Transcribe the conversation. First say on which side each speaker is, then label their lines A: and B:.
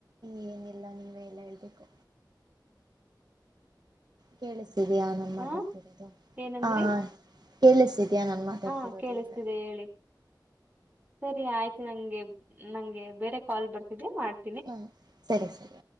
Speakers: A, on the right; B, on the right.
A: ಏನಿಲ್ಲ ನೀವೆ ಎಲ್ಲಾ ಹೇಳ್ಬೇಕು ಕೇಳಸ್ತಿದಿಯಾ ನಾನ
B: ಹ
A: ಮಾತಾಡ್ತಿರೋದು
B: ಏನಂದ್ರಿ
A: ಹ ಕೇಳಸ್ತಿದ್ದೆ ತಿದಿಯಾ ನಾನ್ನ ಮಾತಾಡ್ತಿರೋದು
B: ಹಾ ಕೇಳಿಸ್ತಿದೆ
A: ಅಂದೆ
B: ಹೇಳಿ ಸರಿ ಆಯ್ತು ನಂಗೆ ನಂಗೆ ಬೇರೆ ಕಾಲ್ ಬರ್ತಿದ್ದೆ ಮಾಡ್ತ
A: ಹ ಸರಿ ಸರಿ